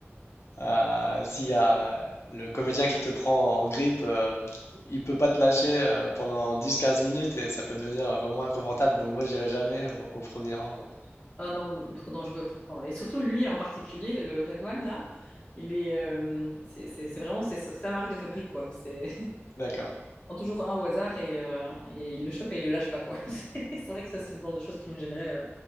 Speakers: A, on the left; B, on the left.
A: euh, s'il y a le comédien qui te prend en grippe, euh, il peut pas te lâcher euh, pendant dix quinze minutes et ça peut devenir euh, vraiment inconfortable. Donc moi, j'irai jamais au, au premier rang. ouais.
B: Ah non, moi non plus trop dangereux, franchement. Et surtout, lui en particulier, le Redouane, là, il est... euh, c'est c'est- c'est vraiment c'est sa sa marque de fabrique, quoi. C'est...
A: D'accord.
B: prend toujours un au hasard et, euh, et il le chope et il le lâche pas, quoi. <laughs> C'est c'est vrai que ça, c'est le genre de choses qui me gênerait euh,